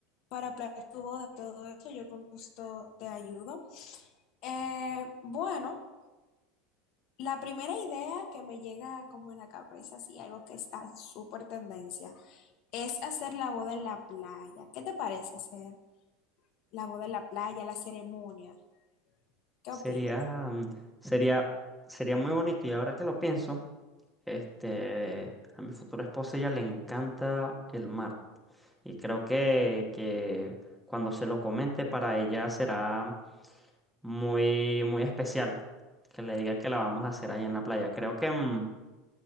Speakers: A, on the left; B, in the centre.
A: para planear tu boda y todo eso, yo con gusto te ayudo. Eh, bueno, la primera idea que me llega como a la cabeza, así algo que está en súper tendencia, es hacer la boda en la playa. ¿Qué te parece hacer la boda en la playa, la ceremonia? ¿Qué
B: Sería,
A: opinas?
B: mm, sería, sería muy bonito y ahora que lo pienso, este, a mi futura esposa ella le encanta el mar y creo que, que cuando se lo comente para ella será muy, muy especial que le diga que la vamos a hacer ahí en la playa. Creo que mm,